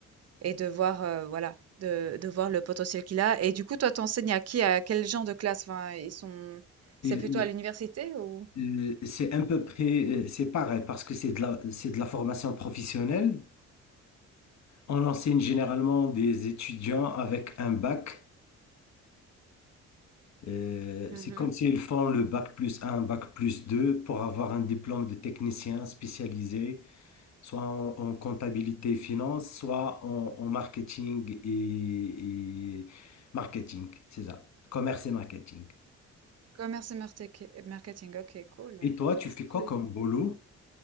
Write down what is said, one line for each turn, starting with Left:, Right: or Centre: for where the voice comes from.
Right: Et de voir, heu, voilà, de de voir le potentiel qu'il a et du coup, toi, t'enseignes à qui? À quel genre de classe? Enfin, ils sont c'est
Left: Et,
Right: plutôt à l'université ou?
Left: euh, c'est un peu près, euh, c'est pareil parce que c'est de la, c'est de la formation professionnelle. On enseigne généralement des étudiants avec un bac. Euh,
Right: Mmh
Left: c'est comme s'ils font le bac plus un bac plus 2 pour avoir un diplôme de technicien spécialisé, soit en, en comptabilité et finance, soit en, en marketing et, et marketing, c'est ça, commerce et marketing.
Right: Commerce et martek marketing, OK, cool,
Left: Et toi, tu fais
Right: cool.
Left: quoi comme boulot?